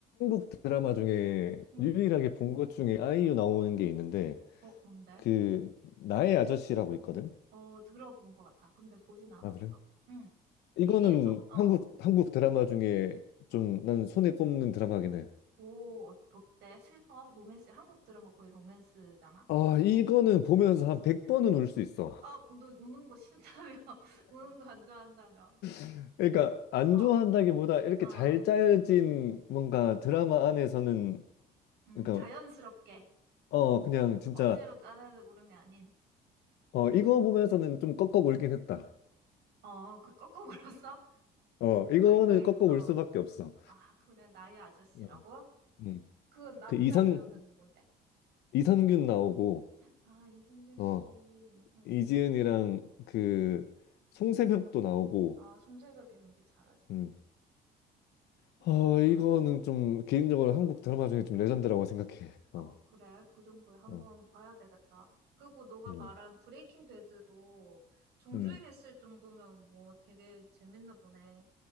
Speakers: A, on the left; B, on the right.
A: 한국 드라마 중에
B: 응.
A: 유일하게 본 것 중에 아이유 나오는 게 있는데
B: 어 뭔데?
A: 그 나의 아저씨라고 있거든.
B: 어 들어본 것 같아. 근데 보진 않았어.
A: 아 그래?
B: 응.
A: 이거는
B: 얘기해줘. 어 어.
A: 한국 한국 드라마 중에
B: 어.
A: 좀 난 손에 꼽는 드라마긴 해.
B: 오 어, 어때? 슬퍼? 로맨스 한국 드라마 거의 로맨스잖아.
A: 아 이거는 보면서 한 100번은 울 수 있어.
B: 아 너 우는 거 싫다며? <laughs> 우는 거 안 좋아한다며?
A: <laughs> 그러니까 안
B: 어.
A: 좋아한다기보다 이렇게
B: 어.
A: 잘 짜여진 뭔가 드라마 안에서는
B: 음,
A: 그러니까
B: 자연스럽게
A: 어 그냥 진짜
B: 억지로 짜내는 울음이 아닌
A: 어 이거 보면서는 좀 꺾어 울긴 했다.
B: 어, 그 꺾어 울었어?
A: 어
B: <laughs>
A: 이거는
B: 꺼이 꺼이.
A: 꺾어
B: 어.
A: 울 수밖에 없어.
B: 아, 그래. 나의 아저씨라고?
A: 어. 네.
B: 그건 남자
A: 그 이선
B: 배우는 누군데?
A: 이선균 나오고
B: 아, 이성균 씨.
A: 어
B: 어.
A: 이지은이랑 그 송새벽도 나오고
B: 아, 송새벽 연기 잘하지.
A: 음.
B: 아.
A: 어 이거는 좀 개인적으로 한국 드라마 중에 좀 레전드라고 생각해.
B: 어,
A: 어.
B: 그래. 그 정도에 한번
A: 어.
B: 봐야 되겠다. 그리고 너가
A: 음.
B: 말한 브레이킹 배드도 정주행했을
A: 음.
B: 정도면 뭐 되게 재밌나 보네.